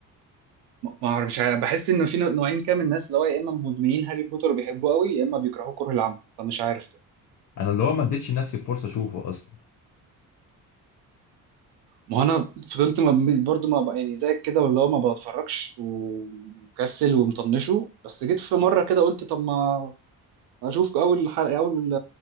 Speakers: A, on the right (about 85°); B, on the left (about 55°).
A: ما ما اعرف مش عارف بحس ان في نوعين كده من الناس اللي هو يا اما مدمنين هاري بوتر وبيحبوه قوي يا اما بيكرهوه كره العمى فمش عارف
B: انا اللي هو ما اديتش لنفسي فرصة اشوفه اصلا
A: ما هو انا فضلت ما برضو ما بقى يعني زيك كده واللي هو ما بتفرجش ومكسل ومطنشه بس جيت في مره كده قلت طب ما اشوف اول حلقه اول